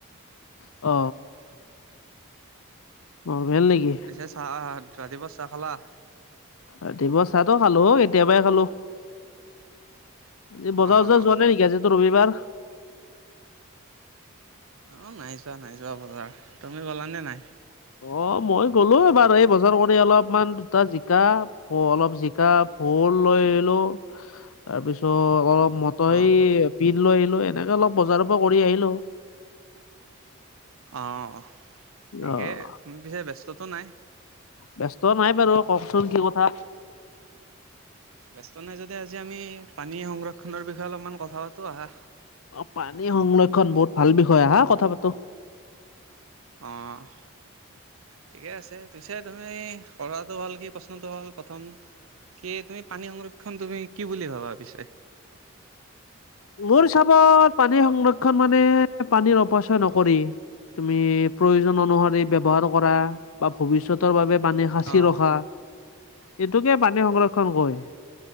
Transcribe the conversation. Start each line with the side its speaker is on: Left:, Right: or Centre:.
Left: অ। নৰ্মেল নেকি।
Right: পিছে চাহ ৰাতিপুৱা চাহ খালা।
Left: ৰাতিপুৱা চাহতো খালোঁ কেতিয়াবাই খালোঁ আজি বজাৰ
Right: অ
Left: চজাৰ
Right: অ
Left: যোৱা নাই নেকি আজি তো ৰবিবাৰ।
Right: অ নাই যোৱা নাই যোৱা বজাৰ তুমি গ'লানে নাই।
Left: অ মই গ'লো এবাৰ এই বজাৰ কৰি অলপমান দুটা জিকা। অ অলপ জিকা ভোল লৈ আহিলো তাৰপিছত অলপ ম চৰাই
Right: অ অ
Left: বিন লৈ আহিলোঁ এনেকে অলপ বজাৰৰ পৰা কৰি আহিলোঁ।
Right: অহ থিকে
Left: অ
Right: তুমি পিছে ব্যস্ততো নাই।
Left: ব্যস্ত নাই বাৰু কওকচোন কি কথা।
Right: ব্যস্ত নাই যদি আজি আমি পানী সংৰক্ষণৰ বিষয়ে অলপমান কথা পাতোঁ অহা।
Left: অ পানী সংৰক্ষণ বহুত ভাল বিষয় আহা কথা পাতোঁ।
Right: অহ। ঠিকে আছে পিছে তুমি কৰাটো হল কি প্ৰশ্নটো হ'ল প্ৰথম। কি তুমি পানী সংৰক্ষণ তুমি কি বুলি ভাবা পিছে।
Left: মোৰ হিচাপত পানীৰ সংৰক্ষণ মানে পানীৰ অপচয় নকৰি। তুমি প্ৰয়োজন অনুসৰি ব্যৱহাৰ কৰা বা ভৱিষ্যতৰ বাবে পানী সাঁচি
Right: অ
Left: ৰখা। এইটোকে পানী সংৰক্ষণ কয়